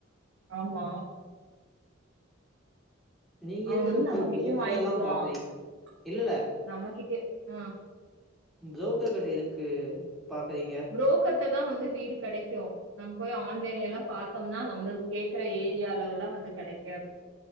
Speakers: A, on the right (about 80°); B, in the centre.
A: ஆமா
B: நீங்க
A: அவ
B: எதுக்கு
A: வந்து
B: போய்
A: நம்மகிட்டயு
B: புரோக்கர்லா
A: வாங்கிக்குவா
B: பாக்குறீங்க
A: ச்
B: இல்ல இல்ல
A: நம்மகிட்டயு அ
B: புரோக்கர் கிட்ட எதுக்கு பாக்குறீங்க
A: புரோக்கர்ட்ட தா வந்து வீடு கெடைக்கு நம் போய் ஆன்லைன்ல எல்லா பாத்தோம்னா நம்மளுக் கேக்குற ஏரியாவுல்லால வந்து கெடைக்காது